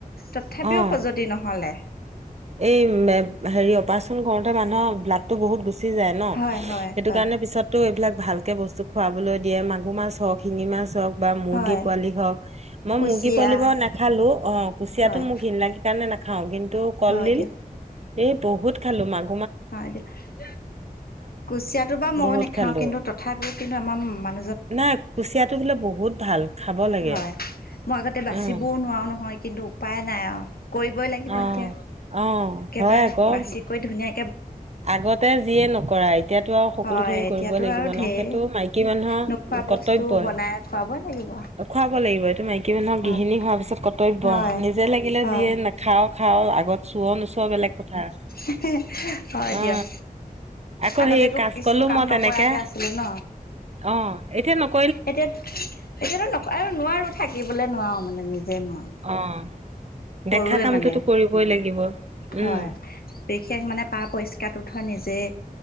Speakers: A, on the left; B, on the right.
A: তথাপিও
B: অ'।
A: খজতি নহ'লে।
B: এই হেৰি অপাৰেচন কৰোঁতে মানুহৰ ব্লাডটো বহুত গু চি যায় ন'
A: হয় হয়
B: সেইটো
A: হয়
B: কাৰণে পিছত টো এইবিলাক ভালকে বস্তু খুৱাবলৈ দিয়ে মাগুৰ মাছ হওঁক, শিঙি মাছ হওঁক। বা মুৰ্গী
A: হয়
B: পোৱালি হওঁক, মই
A: কুচিয়া
B: মুৰ্গী পোৱালি বাৰু নাখালো অ', কুচিয়াটো
A: হয়
B: মোক ঘিণ লাগে কাৰণে নাখ খাওঁ কিন্তু কলডিল,
A: হয় দিয়া
B: এই বহুত খালোঁ মাক
A: হয় দিয়া, কুচিয়াটো বা ময়ো
B: বহুত
A: নেখাও
B: খালো।
A: কিন্তু তথাপিও কিন্তু আমাৰ মান
B: নাই কুচিয়াটো বোলে বহুত ভাল, খাব লাগে।
A: হয় মই আগতে বাচিবও
B: উম
A: নোৱাৰো নহয় কিন্তু উপায় নাই আও। কৰিবই লাগিব
B: অ।
A: এতিয়া,
B: অ
A: একেবাৰে
B: হয় আকৌ
A: বাচি কৰি ধুনীয়া
B: আগতে যিয়ে নকৰা এতিয়াটো আৰু সকলোখিনি
A: হয় এতিয়াতো
B: কৰিবই লাগিব
A: আৰু
B: ন'
A: ঢেৰ
B: সেইটো মাইকী মানুহৰ
A: নোখোৱা বস্তু
B: কৰ্তব্যই,
A: বনাই খুৱাবই লাগিব
B: খুৱাব লাগিব, এইটো মাইকী মানুহক
A: হয়
B: গৃহিণী হোৱাৰ পিছত ৰ্তব্য
A: হয়
B: নিজে লাগিলে
A: হয়
B: যিয়ে নাখাওঁ, খাওঁ আগত চুৱ নোচোৱ বেলেগ কথা
A: সে হ হয় দিয়ক,
B: অ আকৌ
A: আগতেটো
B: সেই কাজ
A: কিছু
B: কলো
A: কাম
B: মই তেনেকে
A: নকৰাকে আছিলো ন'।
B: অ', এতিয়া নক
A: এতিয়াত এতিয়াটো নক আৰু নোৱাৰোঁ থাকিবলে নোৱাৰোঁ মানে নিজে নোৱাৰোঁ।
B: অ'। দেখা
A: কৰোৱে
B: কামটোতো
A: মানে
B: কৰিবই লাগিব
A: হয়,
B: উম
A: বিশেষ মানে পাপ হৈছ কাটো ধৰ নিজে